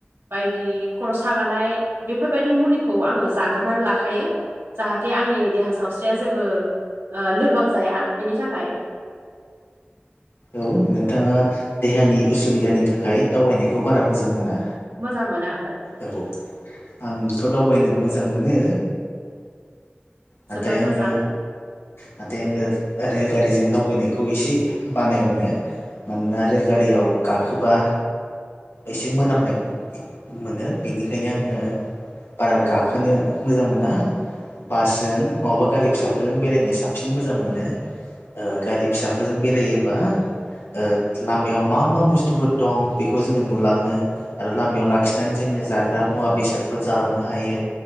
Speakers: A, on the right (about 85°); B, on the left (about 80°).
A: बायदि खर सागानाय बेफोरबायदि मुलिखौ आङो जाग्रोननानै लाखायो जाहाथे आंनि देहा सावस्रिया जेबो ओ लोरबां जाया बेनि थाखाय
B: औ नोंथाङा देहानि उसुबिदानि थाखाय दावबायनायखौ बारा मोजां मोना
A: मोजां मोनो ओहो
B: औ आंथ दावबायनो मोजां मोनो नाथाय
A: जोबोद
B: आङो
A: मोजां
B: नाथाय आङो रेलगारिजों दावबायनायखौ एसे बानाय मोनो मानोना रेलगारियाव गाखोबा एसे मोनामनाय मो मोनो बिनिखायनो आङो बारा गाखोनो मोजां मोना बासजों नङाबा गारि फिसाफोरजों बेरायनो साबसिन मोजां मोनो ओ गारि फिसाफोरजों बेरायोबा ओ लामायाव मा मा बुस्थुफोर दं बेखौ जोङो नुलाङो आरो लामायाव लाखिनानै जोङो जाग्रा मुवा बेसादफोर जालांनो हायो